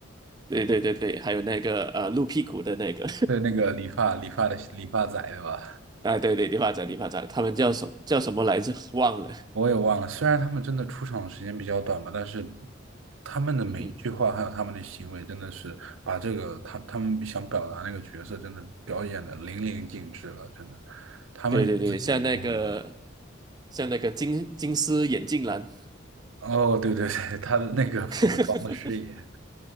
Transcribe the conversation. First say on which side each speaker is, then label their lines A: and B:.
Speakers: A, on the right; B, on the right.
A: 对对对对，还有那个呃露屁股的那个，
B: 对那个理发理发的理发仔，对吧？
A: <laughs> 啊对对，理发展理发展，他们叫什么叫什么来着？忘了。
B: 我也忘了，虽然他们真的出场的时间比较短吧，但是他们的每一句话还有他们的行为，
A: 嗯哼，
B: 真的是把这个他他们想表达那个角色，真的表演的淋漓尽致了，真的，他们有自己的灵魂了。
A: 对对对，像那个像那个金金丝眼镜男，
B: 哦，对对对，他的那个斧头帮的师爷，
A: <laughs>